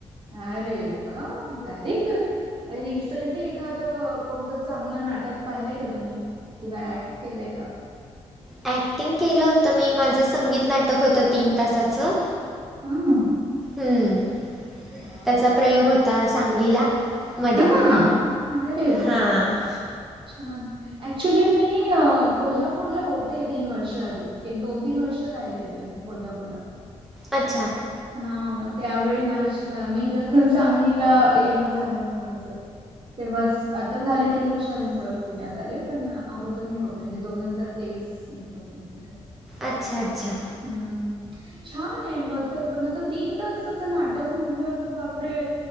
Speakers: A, on the right; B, in the centre.
A: अरे वा! व्हेरी गुड रिसंटली एखाद कोणतं. चांगलं नाटक पाहिलंय का तुम्ही किंवा ऍक्ट केलंय का?
B: ॲक्टिंग केलं होतं मी माझं संगीत नाटक होतं तीन तासाचं.
A: हं.
B: हम्म
A: वॉव!
B: त्याचा प्रयोग होता सांगलीला. मध्ये
A: ह अरे व्वा!
B: हां.
A: छान ऍक्चुली मी. मी कोल्हापूरला होते. तीन वर्ष आधी एक दोन-तीन वर्ष राहिले होते मी कोल्हापूरला.
B: अच्छा.
A: हा त्यावेळी नाच मीरज आणि सांगलीला येणं जाणं होतं माझं. तेव्हाच आता झाले तीन वर्ष आले मी परत पुण्यात आले पण अगोदर मी होते म्हणजे दोन हजार तेवी स मध्ये होते मी तिथं.
B: अच्छा अच्छा.
A: हम्म छान आहे म पण आता तीन तासाचं नाटक म्हटलंत बापरे!